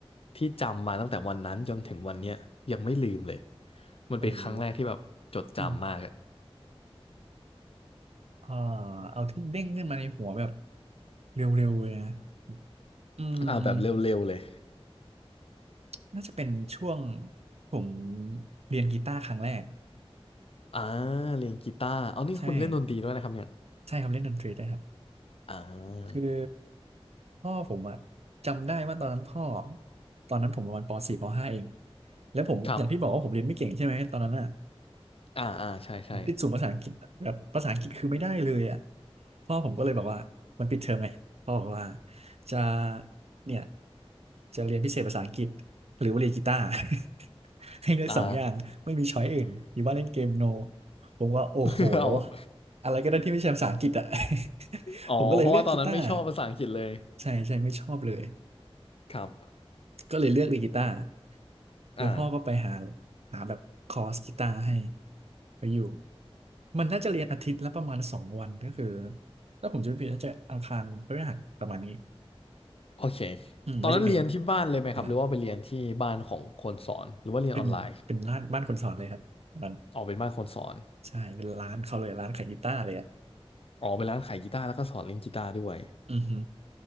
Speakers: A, on the left; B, on the right.
A: ที่จำมาตั้งแต่วันนั้นจนถึงวันเนี้ยยังไม่ลืมเลยมันเป็นครั้งแรกที่แบบจดจำมากอะ
B: โอ้โหอืมอ่าเอาที่เด้งขึ้นมาในหัวแบบเร็วๆเลยนะอืม
A: อ่ะแบบเร็วๆเลย
B: น่าจะเป็นช่วงผมเรียนกีตาร์ครั้งแรก
A: อ่าเรียนกีตาร์เอานี่คุณเล่นดนตรีด้วยนะครับเนี่ย
B: ใช่ใช่ครับเล่นดนตรีได้ครับ
A: อ่า
B: คือพ่อผมอะจำได้ว่าตอนนั้นพ่อตอนนั้นผมประมาณป .4 ป .5 เองแล้วผมอย่างที่บอกว่าผมเรียนไม่เก่งใช่ไหมตอนนั้นอะ
A: ครับอ่าอ่าใช่ใช่
B: ผมติดสูงภาษาอังกฤษอะแบบภาษาอังกฤษคือไม่ได้เลยอ่ะพ่อผมก็เลยแบบว่ามันปิดเทอมไงพ่อบอกว่าจะเนี่ยจะเรียนพิเศษภาษาอังกฤษหรือว่าเรียนกีตาร์ <laughs> ให้เลือกสองอย่างไม่มีช้อยอื่นหรือว่าเล่นเกมโน
A: อ่า <laughs>
B: ผมว่าโอ้โห
A: เอา
B: อะไรก็ได้ที่ไม่ใช่ภาษาอังกฤษอ่ะ <laughs>
A: อ๋อเพราะว่าตอนนั้นไม่ชอบภาษาอังกฤษเลย
B: ผมก็เลยเลือกกีตาร์ใช่ใช่ไม่ชอบเลย
A: ครับ
B: ก็เลยเลือกดีดกีตาร์แล้วพ่อก็ไปหา
A: อ่า
B: หาแบบคอร์สกีตาร์ให้ไปอยู่ มันน่าจะเรียนอาทิตย์ละประมาณสองวันก็คือถ้าผมจะไม่ผิดน่าจะอังคารพฤหัสประมาณนี้
A: โอเค
B: อืมมันก็จะมี
A: ตอนนั้นเรียนที่บ้านเลยไหมครับหรือว่าไปเรียนที่บ้านของคนสอนหรือว่าเรียนออนไลน์
B: เวลาเป็นเป็นร้านบ้านคนสอนเลยครับ มัน
A: ออกเป็นบ้านคนสอน
B: ใช่เป็นร้านเขาเลยร้านขายกีตาร์เลยอ่ะ
A: ออกเป็นร้านขายกีตาร์แล้วก็สอนเล่นกีตาร์ด้วย
B: อือฮึ